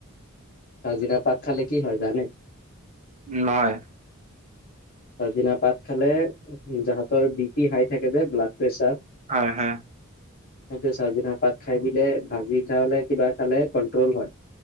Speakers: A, on the left; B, on the right.
A: কাজিৰা পাট খালে কি হয় জানে।
B: নাই।
A: পাছ দিনা পাত খালে জাহতৰ বি পি হাই থাকে যে ব্লাড প্ৰেছাৰ।
B: হ হা।
A: সেইটো চি পাত খাই দিলে ভাজি খালে কিবা খালে কন্ট্ৰল হয়।